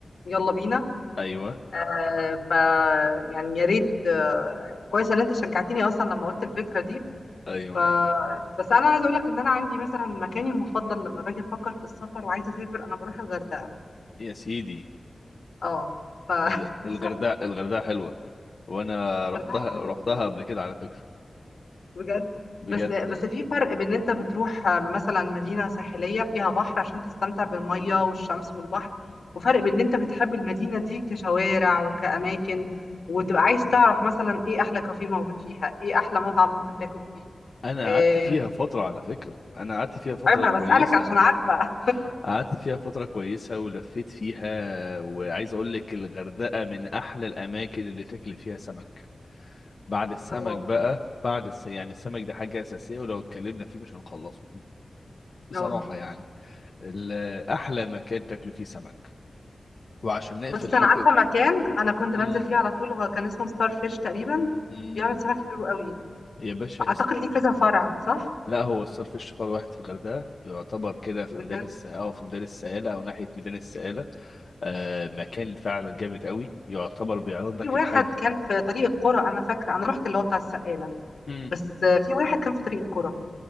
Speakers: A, on the left; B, on the left.
A: يلا بينا
B: ايوه
A: آه ف يعني يا ريت آه كويس ان انت شجعتني اصلا لما قلت الفكره دي
B: ايوه
A: ف بس انا عايزه اقول لك ان انا عندي مثلا مكاني المفضل لما باجي افكر في السفر وعايزه اسافر انا بروح الغردقه
B: يا سيدي
A: اه ف <laughs>
B: ال- الغردقه الغردقه حلوه وانا رحتها
A: الغردقه حلوه جدا
B: رحتها قبل كده على فكره
A: بجد
B: بجد
A: بس بس في فرق بين ان انت بتروح مثلا مدينة ساحلية فيها بحر عشان تستمتع بالمية والشمس والبحر وفرق بين ان انت بتحب المدينة دي كشوارع وكأماكن وتبقى عايز تعرف مثلا ايه احلى كافيه موجود فيها ايه احلى مطعم ممكن تاكل فيه
B: انا
A: آه،
B: قعدت فيها فتره على فكره انا قعدت فيها فتره
A: عيب
B: كويسه
A: انا بسألك عشان عارفة
B: قعدت فيها فتره كويسه ولفيت فيها وعايز اقول لك الغردقه من احلى الاماكن اللي تاكل فيها سمك بعد
A: <laughs>
B: السمك
A: الله
B: بقى بعد الس... يعني السمك ده حاجه اساسيه ولو اتكلمنا فيه مش هنخلصه بصراحه
A: اه
B: يعني ال- احلى مكان تاكل فيه سمك وعشان نقفل
A: بس
B: حته
A: انا عارفة مكان انا كنت
B: امم
A: بنزل فيه على طول هو كان اسمه ستار فيش تقريبا
B: امم
A: بيعمل سمك حلو قوي
B: يا باشا
A: اعتقد
B: است...
A: ليه كذا فرع صح
B: لا هو الصرف الشفار واحد في الغردقه يعتبر كده في
A: بجد
B: ميدان الس... اه في ميدان السائله او ناحيه ميدان السائله آه مكان فعلا جامد قوي يعتبر بيعرض
A: في
B: لك
A: واحد
B: الحاجة
A: كان في طريق القرى انا فاكره انا رحت اللي هو بتاع السقاله
B: امم
A: بس آه، في واحد كان في طريق القرى